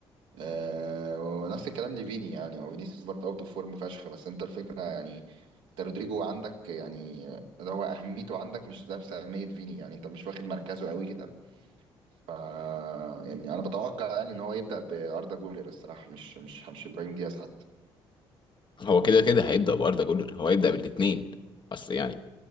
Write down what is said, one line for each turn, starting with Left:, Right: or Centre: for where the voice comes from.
Right: آه ونفس الكلام لفيني يعني هو فينيسيوس برضه اوت اوف فورم فشخ بس انت الفكره يعني انت رودريجو عندك يعني اللي هو اهميته عندك مش نفس اهميه فيني يعني انت مش واخد مركزه قوي كده ف يعني انا بتوقع يعني ان هو يبدا باردا جولر الصراحه مش مش مش ابراهيم دياز حتى
Left: هو كده كده هيبدا باردا جولر هو هيبدا بالاثنين بس يعني